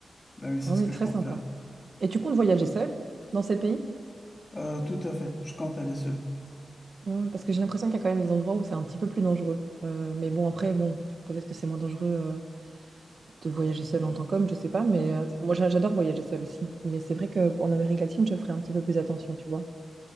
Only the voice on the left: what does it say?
Ben oui, c'est
ce que
je compte
faire.
Euh, tout à fait, je compte aller seul.